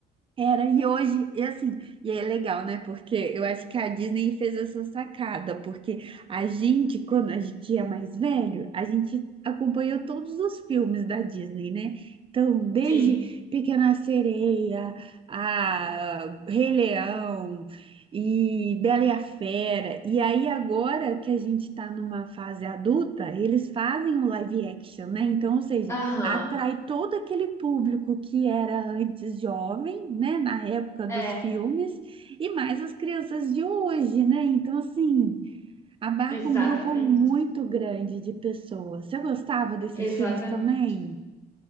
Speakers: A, on the right; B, on the left.
A: Era, e hoje, e assim, e é legal, né? Porque eu acho que a Disney fez essa sacada, porque a gente, quando a gente é mais velho, a gente acompanhou todos os filmes da Disney, né? Então, desde
B: sim.
A: Pequena Sereia, a Rei Leão e Bela e a Fera. E aí, agora que a gente está numa fase adulta, eles fazem o live action, né? Então, ou seja,
B: Aham,
A: atrai todo aquele público que era antes jovem, né, na época dos
B: é,
A: filmes, e mais as crianças de hoje, né? Então, assim, abarca
B: exatamente,
A: um grupo muito grande de pessoas. Você gostava desses
B: exatamente.
A: filmes também?